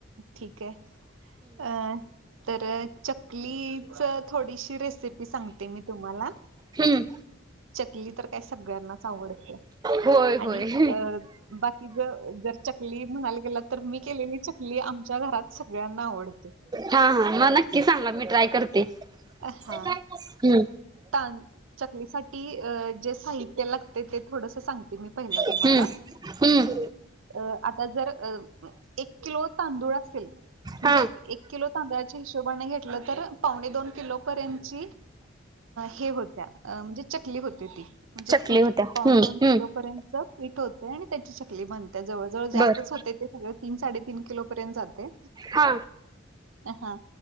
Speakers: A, on the right; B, on the right.
A: ठीक आहे अ तर चकलीच थोडीशी रेसिपी सांगते मी तुम्हाला
B: हम्म
A: चकली तर काय सगळ्यांनाच आवडते
B: होय होय
A: आणि अ बाकी ज जर चकली म्हणायला गेला तर मी केलेली चकली आमच्या घरात सगळ्यांना आवडते
B: हा हा मग नक्की सांगा मी ट्राय करते
A: हा
B: हम्म
A: त चकलीसाठी जे साहित्य लागते ते थोडस सांगते मी पहिला तुम्हाला
B: हम्म हम्म
A: अ आता जर अ एक किलो तांदूळ असेल म्हणजे
B: हा
A: एक किलो तांदळाच्या हिशोबाने घेतलं तर पावणे दोन किलोपर्यंत हे होत्या म्हणजे चकली होते ती म्हणजे
B: चकली
A: पीठ
B: होत्या
A: पावणे
B: हम्म
A: दोन
B: हम्म
A: किलो पर्यंतच पीठ होतय आणि त्याची चकली बनते त्या जवळ जवळ जास्तच
B: बर
A: होते ते सगळ तीन साडे तीन किलो पर्यंत जातय
B: हा
A: हा